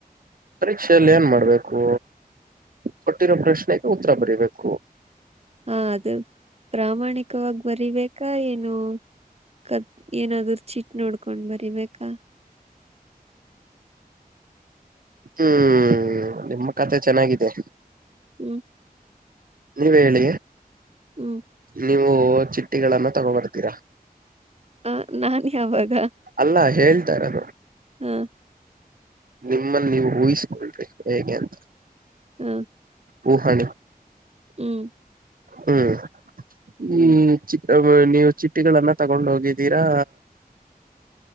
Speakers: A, on the right; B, on the right.
A: ಪರೀಕ್ಷೆಯಲ್ಲಿ ಏನ್ ಮಾಡ್ಬೇಕು ಕೊಟ್ಟಿರೋ ಪ್ರಶ್ನೆಗೆ ಉತ್ತರ ಬರಿಬೇಕು.
B: ಹಾ ಅದು ಪ್ರಾಮಾಣಿಕವಾಗಿ ಬರೀಬೇಕಾ ಏನು. ಕದ್ ಏನಾದೂ ಚಿಟ್ ನೋಡ್ಕೊಂಡ್ ಬರಿಬೇಕಾ.
A: ಹ್ಮ್ ನಿಮ್ಮ ಕತೆೆ ಚೆನ್ನಾಗಿದೆ.
B: ಹ್ಮ್
A: ನೀವ್ ಹೇಳಿ
B: ಹ್ಮ್
A: ನೀವು ಚಿಟ್ಟಿಗಳನ್ನ ತಗೋ ಬರ್ತೀರಾ.
B: ಆ ನಾನ್ ಯಾವಾಗ
A: ಅಲ್ಲ ಹೇಳ್ತಾರದು.
B: ಹ್ಮ್
A: ನಿಮ್ಮನ್ ನೀವು ಊಹಿಸ್ಕೊಳ್ರಿ ಹೇಗೆ ಅಂತ.
B: ಹ್ಮ್
A: ಓ ಹನೂ
B: ಹ್ಮ್
A: ಹ್ಮ್
B: ಹ್ಮ್
A: ಈ ಚಿ ಅದು ನೀವು ಚಿಟ್ಟಿಗಳನ್ನ ತಗೊಂಡ್ ಹೋಗಿದ್ದೀರಾ.